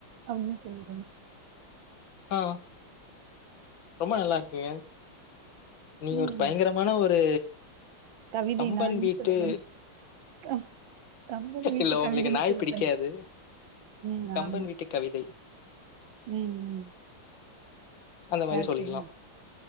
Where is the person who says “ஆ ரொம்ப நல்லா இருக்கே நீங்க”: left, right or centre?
Left